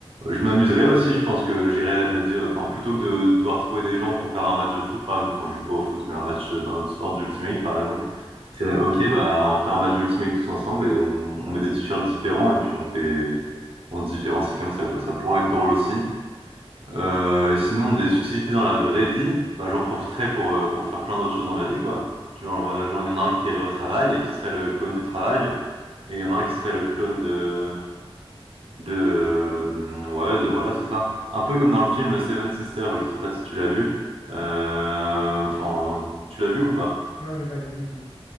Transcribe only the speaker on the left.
Non, je l'ai pas vu du tout.